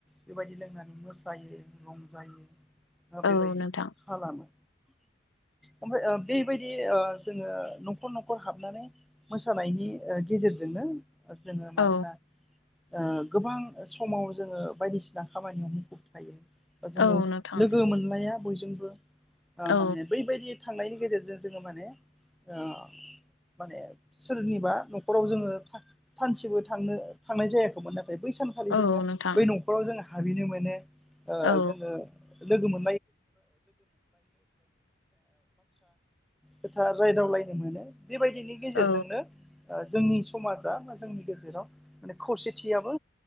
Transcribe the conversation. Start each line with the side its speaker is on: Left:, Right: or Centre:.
Centre: बेबायदि लोंनानै मोसायो रंजायो बेबायदि
Left: औ नोंथां
Centre: खालामो ओमफ्राय ओ बेबायदि ओ जोङो नखर नखर हाबनानै मोसा <unintelligible> मोसानायनि ओ गेजेरजोंनो जोङो
Left: औ
Centre: मानोना ओ गोबां समाव जोङो बायदिसिना खामानियाव मुखुब थायो। बा जोङो
Left: औ नोंथां
Centre: लोगो मोनलाया बयजोंबो आ
Left: औ
Centre: माने बैबायदि थांनायनि गेजेरजों जोङो माने आ माने सोरनिबा नखराव जोङो सानसेबो थांनो थांनाय जायाखैमोन आरो बै सानखालि
Left: औ
Centre: जोङो
Left: नोंथां
Centre: बै नखराव जोङो हाबैनो मानो ओ
Left: औ
Centre: जोङो लोगो <unintelligible> खोथा रायदाव लायो मोनो बेबायदिनि गेजेरजोंनो
Left: औ
Centre: ओ जोंनि समाजा बा जोंनि गेजेराव माने खौसेथियाबो